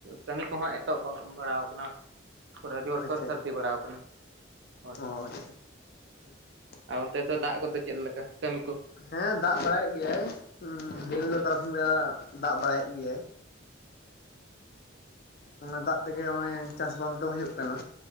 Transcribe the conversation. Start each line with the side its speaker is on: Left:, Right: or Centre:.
Right: ᱠᱟᱹᱢᱤ ᱠᱚᱦᱚᱸ ᱮᱛᱚᱦᱚᱵ ᱵᱟᱲᱟᱣ ᱠᱟᱱᱟ ᱯᱚᱨᱮ ᱡᱳᱨᱥᱳᱨ
Left: ᱟᱪᱪᱷᱟ
Right: ᱥᱟᱨᱫᱤ
Left: ᱟᱪᱪᱷᱟ
Right: ᱵᱟᱲᱟᱣ ᱟᱠᱟᱱᱟ ᱦᱳᱭ
Left: <unintelligible> <inaudible>
Right: ᱟᱨ ᱚᱱᱛᱮ ᱫᱚ ᱫᱟᱜ ᱠᱚᱫᱚ ᱪᱮᱫ ᱞᱮᱠᱟ ᱠᱟᱹᱢᱤ ᱠᱚ
Left: ᱦᱮᱸ ᱫᱟᱜ ᱵᱟᱲᱟᱭᱮᱫ ᱜᱮᱭᱟᱭ ᱫᱤᱱ ᱦᱤᱞᱳᱜ
Right: ᱦᱩᱸ
Left: ᱛᱟᱨᱟᱥᱤᱧ ᱵᱮᱲᱟ ᱫᱟᱜ ᱵᱟᱲᱟᱭᱮᱫ ᱜᱮᱭᱟᱭ ᱚᱱᱟ ᱫᱟᱜ ᱛᱮᱜᱮ ᱦᱚᱸᱜᱼᱚᱭ ᱪᱟᱥᱼᱵᱟᱥ ᱫᱚ ᱦᱩᱭᱩᱜ ᱠᱟᱱᱟ